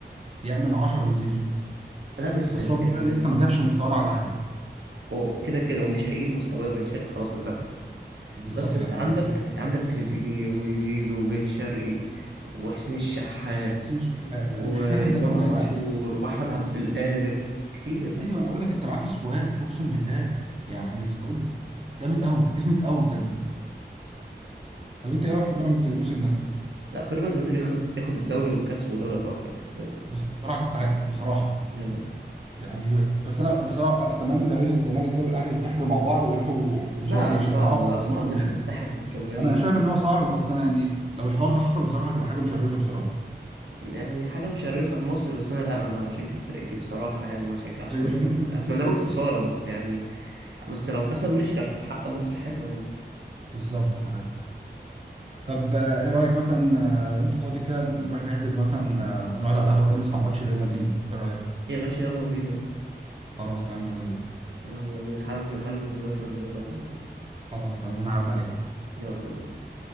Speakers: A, on the right; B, on the right.
A: يعمل 10 من زيزو
B: لا بس
A: بس
B: ان
A: هو بن
B: إن-
A: شرقي لسه ما جابش مستواه مع الاهلي
B: هو كده كده ومش هيجيب مستواه بن شرقي خلاص انتهى
A: بالظبط
B: بس انت
A: ده حقيقي
B: عندك انت عندك تريزيجيه وزيزو وبن شرقي وحسين الشحات
A: وحسين الشحات
B: وامام
A: انا مش فاهم ده كله
B: عاشور
A: هيلعب في
B: واحمد عبد القادر كتير
A: ايوه انا اقول لك انت معاك سكواد اقسم بالله يعني سكواد جامد قوي <laughs> جامد قوي بجد طب انت ايه رايك في بيراميدز الموسم ده
B: لا بيراميدز لازم ياخد ياخد الدوري والكاس ودوري ابطال افريقيا لازم
A: بصراحه تستحق بصراحه
B: لازم
A: يعني بس انا بصراحه اتمنى جماهير الزمالك كده والاهلي يتحدوا مع بعض ويروحوا
B: لا
A: يش- يشجعوه
B: لا صعب لا
A: في
B: صعب
A: ماتش
B: ان
A: النهائي
B: احنا نتحد ضد الغريب
A: انا شايف
B: يعني
A: ان هو صعب بس انا يعني لو الحوار ده حصل بصراحه هتبقى حاجه مشرفه بصراحه
B: يعني حاجه مشرفه لمصر بس انا لا ما اشجع فرقتي بصراحه يعني ما اشجعش
A: <laughs>
B: الغريب اتمنى له الخساره بس يعني بس لو كسب ماشي ده في حق مصر حلو يعني
A: بالظبط ده حقيقي. طب آه، ايه رايك مثلا آه، لو انت فاضي كده نروح نحجز مثلا آه، ونقعد على القهوه كده نسمع ماتش ريال مدريد ايه رايك
B: يا باشا يلا بينا
A: خلاص تمام يلا بينا
B: يلا بينا هل- هلبس دلوقتي وانزل لك على طول
A: خلاص تمام انا هعدي عليك اهو
B: يلا بينا